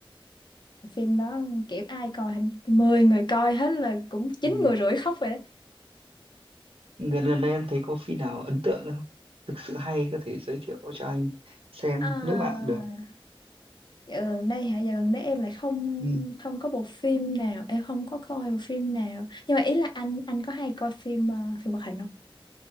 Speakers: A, on the left; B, on the right.
A: phim đó kiểu ai coi hình 10 người coi hết là cũng chín
B: ừ.
A: người rưỡi khóc rồi đấy
B: gần gần đây em thấy có phim nào ấn tượng không thực sự hay có thể giới thiệu cho anh xem
A: à
B: không? nước nào cũng được
A: Dạo gần đây hả? Dạo gần đây em lại không
B: ừ.
A: không có bộ phim nào, em không có coi bộ phim nào. Nhưng mà ý là anh anh có hay coi phim ờ, phim hoạt hình không?